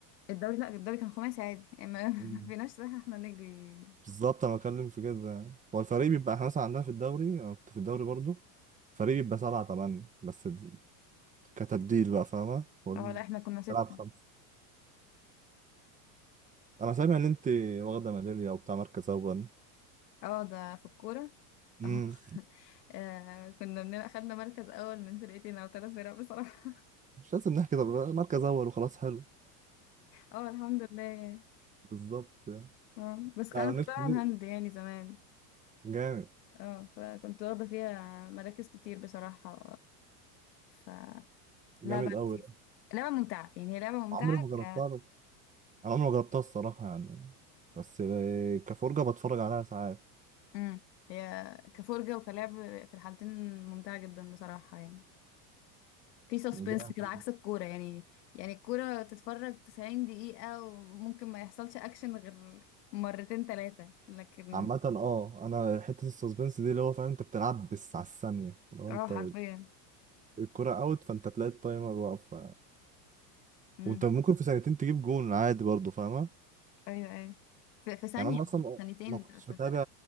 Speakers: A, on the left; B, on the right.
A: الدوري لا الدوري كان خماسي عادي يعني ما <laughs> ما
B: مم.
A: فيناش صح احنا نجري
B: بالظبط انا بتكلم في كده هو الفريق بيبقى احنا مثلا عندنا في الدوري انا كنت في الدوري برضو فريق بيبقى سبعة تمانية بس ال- كتبديل بقى فاهمة؟ وال-
A: اه لا احنا كنا ستة
B: تلعب خمسة انا سامع ان انت واخده ميداليه وبتاع مركز اول
A: اه ده في الكورة
B: امم
A: اه <laughs> آه، كنا بنبقى خدنا مركز أول من فرقتين أو ثلاث فرق بصراحة
B: مش لازم نحكي طب مركز اول وخلاص حلو
A: اه الحمد لله يعني.
B: بالظبط يعني
A: اه بس
B: لا،
A: أنا
B: انا
A: كنت
B: نفسي
A: بلعب هاند يعني زمان
B: جامد
A: اه فكنت واخدة فيها مراكز كتير بصراحة ف لعبة
B: جامد قوي
A: لذيذة
B: ده
A: لعبة ممتعة يعني هي لعبة ممتعة
B: عمري ما جربتها
A: ك
B: بس انا عمري ما جربتها الصراحه يعني بس كفرجه بتفرج عليها ساعات
A: مم. هي كفرجة وكلعب في الحالتين ممتعة جدا بصراحة يعني في سسبنس
B: جامد
A: كده عكس الكورة يعني يعني الكورة تتفرج 90 دقيقة وممكن ما يحصلش أكشن غير مرتين تلاتة لكن
B: عامة اه انا حتة السسبنس دي اللي هو فاهم انت بتلعب بس على الثانية لو
A: اه
B: انت
A: حرفيا
B: الكرة اوت فانت تلاقي التايمر واقف
A: امم
B: وانت ممكن في ثانيتين تجيب جون عادي برضه فاهمة
A: أيوه أيوه في, في ثانية
B: يعني انا اصلا
A: في ثانيتين
B: ما كنتش
A: في,
B: بتابع
A: في...